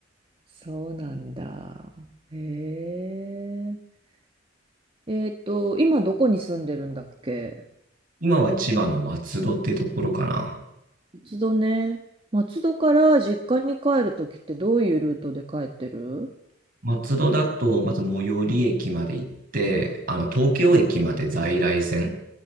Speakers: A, on the right (about 30°); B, on the right (about 50°).
A: そうなんだ。へえ。えっと、今どこに住んでるんだっけ
B: <laughs> 今は千葉の松戸っていうところかな。
A: 松戸ね。松戸から実家に帰るときってどういうルートで帰ってる
B: 松戸だと、まず最寄り駅まで行って、あの、東京駅まで在来線、